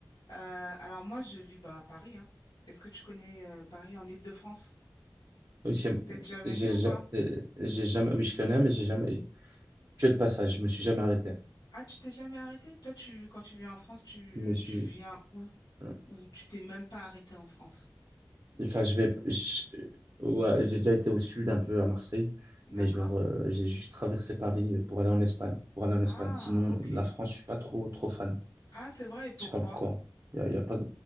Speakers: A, on the left; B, on the right.
A: Euh, alors moi, je vis bah, à Paris, hein. Est-ce que tu connais euh, Paris en Île-de-France?
B: aussi, euh,
A: T'es déjà
B: j'ai,
A: venu
B: ja-
A: ou pas?
B: euh, j'ai jamais, oui, je connais, mais j'ai jamais, que de passage, je me suis jamais arrêté.
A: Ah, tu t'es jamais arrêté? Toi, tu, quand tu viens en France, tu,
B: Je me suis,
A: tu viens où?
B: euh,
A: Ou tu t'es même pas arrêté en France?
B: enfin, je vais, je- ouais, j'ai déjà été au sud un peu à Marseille,
A: D'accord.
B: mais genre, euh, j'ai juste traversé Paris euh, pour aller en Espagne, pour aller en
A: Ah,
B: Espagne. Sinon,
A: ok.
B: la France, je suis pas trop, trop fan.
A: Ah, c'est vrai, et pourquoi?
B: Je sais pas pourquoi. Il y a, y a pas